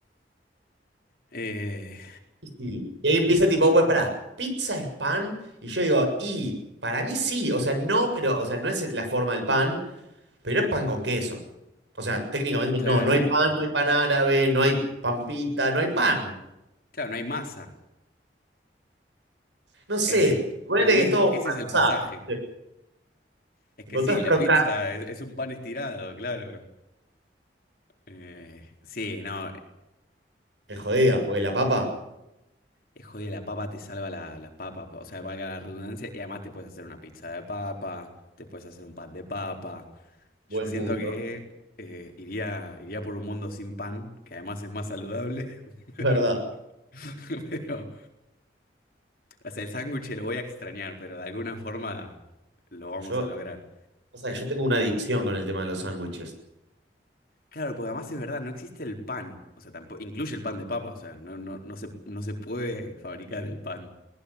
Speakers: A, on the left; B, on the right.
A: Eh,
B: Y y ahí empieza tipo, bueno, pará, ¿pizza es pan? Y yo digo, y para mí sí, o sea, no, pero, o sea, no es la forma del pan, pero es pan con queso. O sea, técnicamente
A: claro,
B: no, no hay pan, no hay pan árabe, no hay pampita, no hay pan.
A: claro, no hay masa.
B: No sé,
A: Es,
B: ponele
A: ahí
B: que es
A: es-
B: todo
A: ese
B: marzá.
A: es el pasaje.
B: eh,
A: Es
B: Tipo,
A: que sí,
B: todo es
A: la
B: crocante.
A: pizza es, es un pan estirado, claro. Eh, sí, no,
B: Es jodida, porque la papa,
A: Eh, joder, la papa te salva la, la papa, o sea, valga la redundancia, y además te puedes hacer una pizza de papa, te puedes hacer un pan de papa.
B: buen
A: Yo siento
B: punto,
A: que eh, iría, iría por un mundo sin pan, que además es más saludable, <laughs> pero,
B: es verdad.
A: <laughs> pero, o sea, el sándwich lo voy a extrañar, pero de alguna forma lo vamos
B: Yo,
A: a lograr.
B: o sea, yo tengo una adicción con el tema de los sándwiches.
A: Claro, porque además es verdad, no existe el pan, o sea, tampoco, incluye el pan de papa, o sea, no, no, no se, no se puede fabricar el pan,